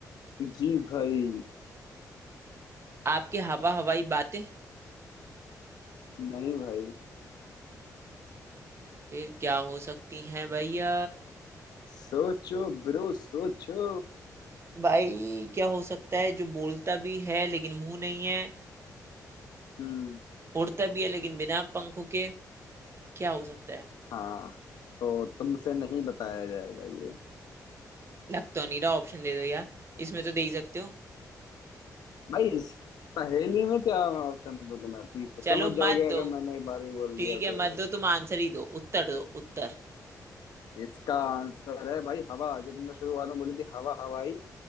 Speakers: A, on the left (about 80°); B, on the right (about 40°).
A: जी भाई
B: आपकी हवा हवाई बातें
A: नहीं भाई
B: फिर क्या हो सकती हैं भैया
A: सोचो ब्रो सोचो
B: भाई क्या हो सकता है जो बोलता भी है लेकिन मुंह नहीं है
A: हम्म
B: उड़ता भी है लेकिन बिना पंखों के क्या हो सकता है
A: हाँ तो तुमसे नहीं बताया जाएगा ये
B: लग तो नहीं रहा ऑप्शन दे दो यार इसमें तो दे ही सकते हो
A: भाई इस पहेली में क्या ऑप्शन दो तुम्हें तुम समझ
B: चलो
A: जाओगे
B: मत
A: अगर
B: दो
A: मैंने एक बार ही बोल
B: ठीक
A: दिया
B: है
A: तो
B: मत दो तुम आंसर ही दो उत्तर दो उत्तर
A: इसका आंसर है भाई हवा जो तुमने शुरुआत में बोली थी हवा हवाई